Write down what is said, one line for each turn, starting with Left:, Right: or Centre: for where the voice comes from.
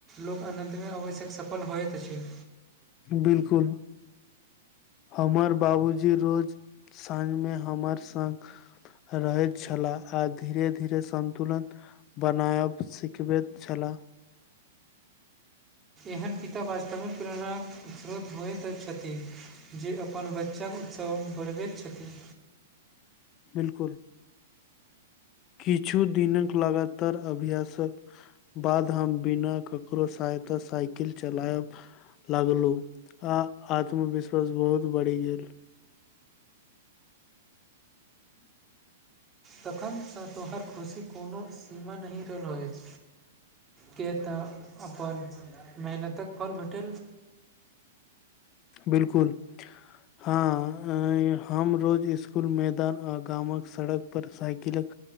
Right: लोक अनतमे आवैछै सफल होयकछै
Left: बिलकुल हमर बाबूजी रोज साँझमे हमर स्ग रहैत छलाह आ धीरे धीरे सन्तुलन बनायब सिखबैत छलाह
Right: एहन पिता वास्तविक प्रेरणाक स्रोत होइत छथि जे अपन बच्चाक उत्सव बढ़बैत छथिन
Left: बिलकुल किछु दििनक लगातार अभ्यासक बाद हम बिना ककरो सहायता साइकिल चलायब लगलु आ आत्मविश्वास बहुत बढ़ि गेल
Right: तखनसँ तोहर खुशी कोनो सीमा नहि रहल होत किक तऽ अपन मेहनतक फल भेटल
Left: बिलकुल हँ हम रोज सकुल मैदान आ गामक सड़कपर साइकिलक